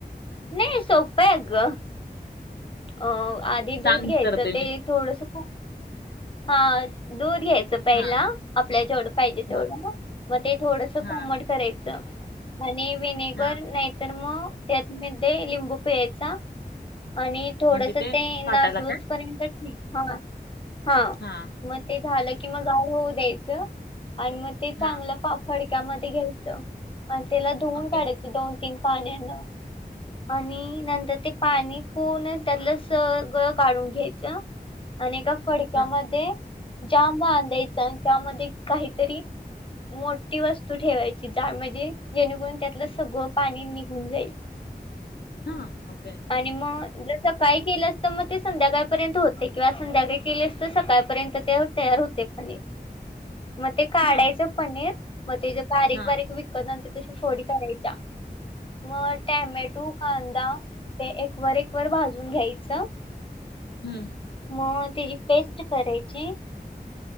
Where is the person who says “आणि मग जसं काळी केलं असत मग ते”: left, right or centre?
Left